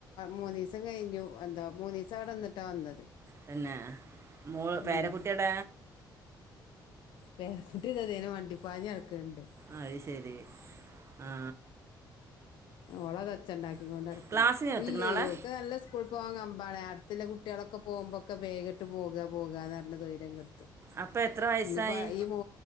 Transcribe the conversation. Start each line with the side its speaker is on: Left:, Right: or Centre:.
Left: മൂന്ന ദിവസം കഴിഞ്ഞു എന്താ മൂന്ന ദിവസം അവിടെന്നിട്ടാ വന്നത്
Right: പിന്നെ മോൾ പേരക്കുട്ടിയട
Left: ഉം പേരക്കുട്ടി അതേനും വണ്ടിപ്പാഞ്ഞിടക്കണ്ട്
Right: അത് ശരി ആഹ
Left: ഓളതച്ച ഉണ്ടാക്കി കൊണ്ട് ഇടക്കണ്ടണ്ട്
Right: ക്ലാസ്സിന് ചേർത്ത്ക്ക്ണോ
Left: ഇല്ലേൾക്ക്
Right: ഓളെ
Left: നല്ല ഇപ്പോൾ പോകാൻ കമ്പാ അടു കുട്ടികളൊക്കെ പോകുമ്പോൊക്കെ വേഗിട്ട് പോകുക പോകുകന്ന് പറഞ്ഞ തൈര്യംെടുത്തും
Right: അപ്പം എത്ര വയസ്സായി
Left: ഇനിപ്പോ ഈ മൂ